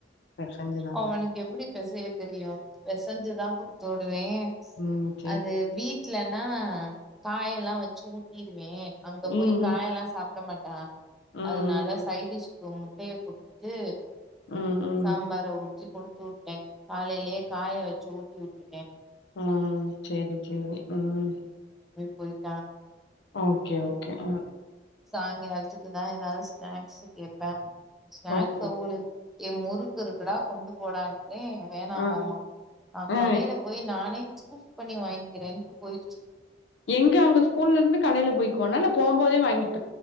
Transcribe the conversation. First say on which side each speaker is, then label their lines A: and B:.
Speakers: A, on the left (about 75°); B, in the centre.
A: பெசஞ்சுதானா
B: அவனுக்கு எப்டி பெசைய தெரியு பெசஞ்சு தா குடுத்து உடுவே
A: ம் சேரி
B: அது வீட்லன்னா காயெல்லாம் வெச்சி ஊட்டிருவே அங்க போய்
A: ம்
B: காயெல்லா சாப் ப்ட மாட்டா
A: ம் ம்
B: அதனால சைடிஷ் கு மு டைய குடுத்துட்டு
A: ம் ம் ம்
B: சம்பார அ ஊத் தி குடுத்து வுட்டே காலையிலயே காய வெச்சு ஊட்டி வுட்டுட்டே
A: ம் செரி சேரி ம்
B: போய்ட்டா
A: ஒக்கே ஒக்கே அ
B: சாய்ங்கால்த்துக்கு தா எதாவ்து ஸ்நாக்ஸு கேட்பா ஸ்நாக்ஸ்
A: ஓகே
B: அவுளுக் ஏ முறுக்கு இருக்குடா கொண்டு போடான் ன்றே வேணாமாமா
A: ஆ
B: நா
A: ஆ
B: கடைல போய் நானே சூஸ் பண்ணி வாய்ங்கிறேன் போய்ருச்சு
A: எங்க அங்க ஸ்கூல்ல இருந்து கடைல போய்க்குவானா இல்ல போம் போதே வாங்கிட்